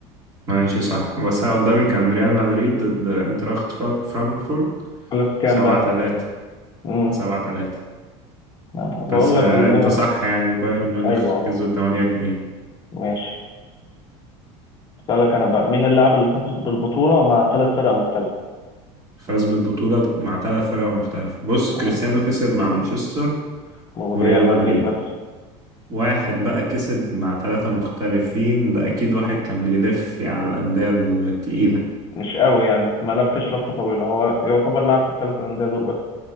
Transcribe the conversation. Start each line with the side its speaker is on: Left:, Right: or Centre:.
Right: ماشي صح بس أنا قدامي كان ريال مدريد ضد انتراخت فر- فرانكفورت
Left: خلص كام
Right: سبعة
Left: بقى؟
Right: تلاتة
Left: امم
Right: سبعة تلاتة
Left: آه، بقول
Right: بس
Left: لك
Right: آه،
Left: ال
Right: انت
Left: آه،
Right: صح يعني بايرن ميونخ
Left: أيوه
Right: كسبوا 8 2
Left: ماشي أسألك أنا بقى مين اللاعب اللي فاز بالبطولة مع ثلاث فرق مختلفة؟
Right: فاز بالبطولة مع ثلاث فرق مختلفة بص
Left: مم.
Right: كريستيانو كسب مع مانشستر
Left: وريال
Right: وريال
Left: مدريد
Right: مدريد
Left: بس
Right: واحد بقى كسب مع ثلاثة مختلفين ده أكيد واحد كان بيلف على الأندية التقيلة
Left: مش قوي يعني ما لفش لفة طويلة هو يعتبر لاعب في الثلاث أندية دول بس